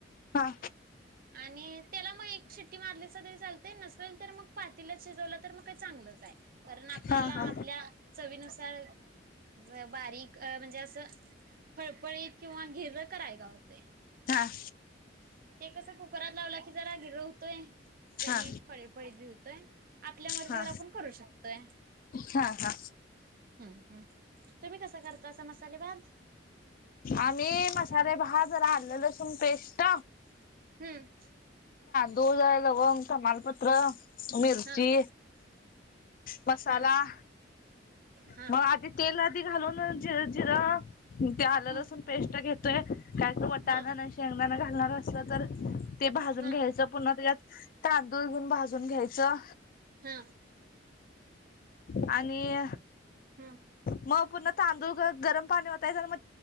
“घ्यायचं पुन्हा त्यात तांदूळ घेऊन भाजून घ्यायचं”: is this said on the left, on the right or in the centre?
Left